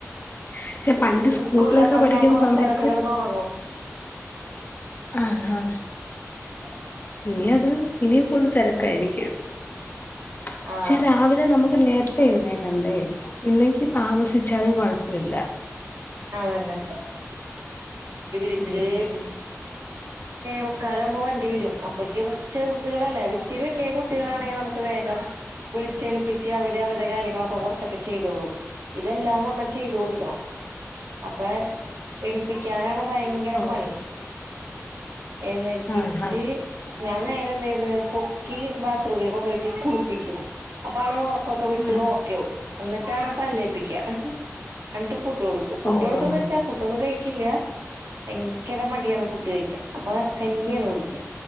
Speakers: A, on the left; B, on the right.
A: പക്ഷെ പണ്ട്
B: ഇതിപ്പോ
A: സ്കൂളിലൊക്കെ
B: സ്കൂളില്ലാത്ത
A: പഠിക്കുന്ന
B: ഞാൻ കൊറച്ചേരൊക്കെ
A: സമയത്ത്
B: കിടന്ന് ഉറങ്ങും
A: ആ ആ
B: <inaudible>
A: ഇനി അത് ഇനി ഫുള്ള് തിര ക്കായിരിക്കും പക്ഷേ
B: ആ
A: രാവിലെ നമുക്ക് നേരത്തെ എഴുന്നേൽ ണ്ടേ ഇല്ലെങ്കിൽ താമസിച്ചാലും കുഴപ്പമില്ല
B: അതന്നെ ഇവർക്ക്
A: ഉം ഉം
B: മുക്കാലാവുമ്പോ വണ്ടി വരും അപ്പക്കും ചെറുതുകളല്ലെ ഇച്ചിരി വലിയ കുട്ടികളാണെങ്കിൽ നമുക്ക് വേഗം വിളിച്ച എണീപ്പിച്ചു അവര് അവരുടെ കാര്യങ്ങളൊക്കെ കുറച്ചൊക്കെ ചെയ്തോളും ഇതെല്ലാം നമ്മ ചെയ്ത് കൊടുക്കണം അപ്പെ എണീപ്പി ക്കാനാണ് ഭയങ്കര
A: ഓ
B: പണി എഴുന്നേൽപ്പിച്ച്
A: ആഹ്
B: ഞാൻ നേരെ എന്ത് ചെയ്ത് ക്കി ബാത്റൂമേ കൊണ്ട പോയിട്ടി കുളിപ്പിക്കും അപ്പൊ ആള് ഉറക്ക ഒക്കെ വിട്ട്
A: ആഹ്
B: ഒക്കെയാവും എന്നിട്ടാണ് പല്ലേപ്പിക്ക എന്നിട്ട് ഫു ഫുഡ് കൊടുക്കും ഫുഡ്
A: ഓഹ്
B: കൊടുക്കും
A: ആഹ്
B: എന്ന് വച്ചാ ഫുഡൊന്നും കഴി ക്കില്ല ഭയങ്കര മടിയാണ് ഫുഡ് കഴിക്ക അപ്പൊ കഞ്ഞിയാണ് കുടിക്കുക